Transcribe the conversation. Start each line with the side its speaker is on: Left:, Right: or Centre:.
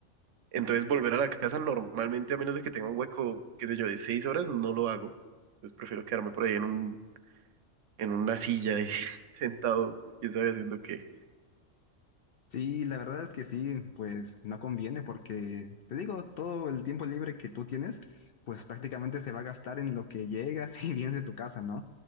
Right: entonces volver a la casa normalmente, a menos de que tenga un hueco, qué sé yo, de 6 horas, no lo hago. Entonces prefiero quedarme por ahí en un, en una silla y <laughs> sentado, quién sabe haciendo qué.
Left: Sí, la verdad es que sí, pues no conviene porque, te digo, todo el tiempo libre que tú tienes, pues prácticamente se va a gastar en lo que llegas <laughs> y vienes de tu casa, ¿no?